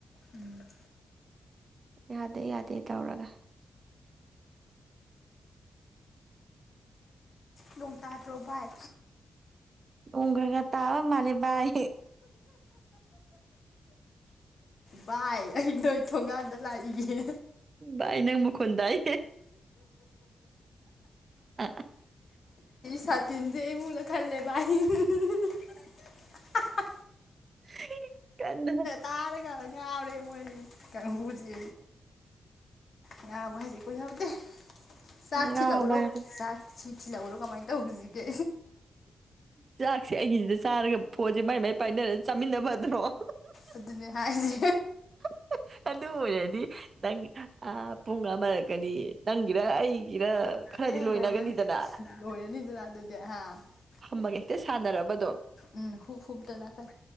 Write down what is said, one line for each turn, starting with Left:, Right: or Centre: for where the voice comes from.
Left: ꯎꯝ
Right: ꯌꯥꯗꯦ ꯌꯥꯗꯦ ꯇꯧꯔꯒ
Left: ꯅꯣꯡ ꯇꯥꯗ꯭ꯔꯣ ꯚꯥꯏ
Right: ꯎꯝ ꯈꯔ ꯈꯔ ꯇꯥꯕ ꯃꯥꯜꯂꯤ ꯅꯤ ꯚꯏ
Left: ꯚꯥꯏ ꯑꯩ ꯅꯣꯏ ꯊꯣꯡꯒꯥꯟꯗ ꯂꯥꯛꯏꯒꯦ
Right: ꯚꯥꯏ ꯅꯪ ꯃꯈꯣꯟ ꯇꯥꯏ ꯑ
Left: ꯁꯥꯇꯤꯟꯁꯦ ꯈꯜꯂꯦꯚꯏ <unintelligible>
Right: ꯍ ꯀꯟꯅ
Left: ꯇꯥꯔꯒ ꯉꯥꯎꯔꯦ ꯃꫭꯏꯅꯤ ꯀꯥꯡꯕꯨꯁꯦ ꯉꯥꯕꯨ ꯍꯥꯏꯁꯦ ꯄꯨꯥꯎꯗ ꯆꯥꯛ
Right: ꯉꯥꯎꯕ
Left: ꯊꯤꯂꯕꯨꯔꯣ
Right: ꯍꯥꯏꯕꯗꯨ
Left: ꯆ ꯊ ꯊꯤꯜꯂꯧꯔꫭ ꯀꯃꯥꯏ ꯇꯧꯕꯅꫭꯁꯤꯗꯤ
Right: ꯆꯥꯛꯁꯦ ꯑꯩꯒꯤꯁꯤꯗ ꯆꯥꯔꯒ ꯐꯣꯟꯁꯦ ꯃꯥꯏ ꯃꯥꯏ ꯄꯥꯏꯅꯔ ꯆꯥꯃꯤꯟꯅꯕ <unintelligible>
Left: ꯑꯗꯨꯅꯦ ꯍꯥꯏꯁꯦ
Right: ꯑꯗꯨ ꯑꯣꯏꯔꯗꯤ ꯅꯪ ꯑꯥ ꯄꯨꯡ ꯑꯃꯔꯛꯀꯅꯤꯌꯦ ꯅꯪꯒꯤꯔ ꯑꯩ ꯏꯔ ꯈꯔꯗꯤ
Left: ꯑꯦ
Right: ꯂꯣꯏꯅꯒꯅꯤꯗꯅ
Left: ꯂꯣꯏꯔꯅꯤ ꯂꯣꯏꯔꯅꯤꯗꯅ ꯑꯗꯨꯗꯤ ꯍꯥ
Right: ꯐꯝꯃꯒ ꯍꯦꯛꯇ ꯁꯥꯟꯅꯔꯕ ꯗꯨꯝ
Left: ꯎꯝ ꯍꯨꯛ ꯍꯨꯛꯇ ꯅꯥꯀꯟ